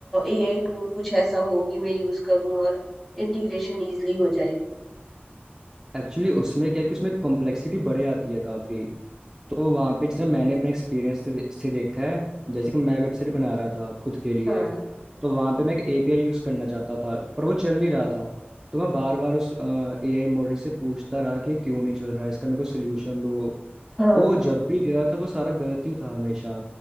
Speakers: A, in the centre; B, on the right.
A: एआई टूल कुछ ऐसा हो कि मैं यूज करूं और इंटीग्रेशन इजीली हो जाए
B: एक्चुअली उसमें क्या है कि उसमें कॉम्प्लेक्सिटी बढ़े आती है काफ़ी तो वहाँ पे जितना मैंने अपने एक्सपीरियंस से, दे, से देखा है जैसे कि मैं वेबसाइट बना रहा था खुद के लिए
A: हाँ
B: तो वहां पे मैं एक एपीआई यूज करना चाहता था पर वो चल नहीं रहा था तो मैं बार बार उस एआई मॉडल से पूछता रहा कि ये क्यों नहीं चल रहा है इसका मेरे को सोल्यूशन दो
A: हाँ
B: तो वो जब भी दे रहा था वो सारा गलत ही था हमेशा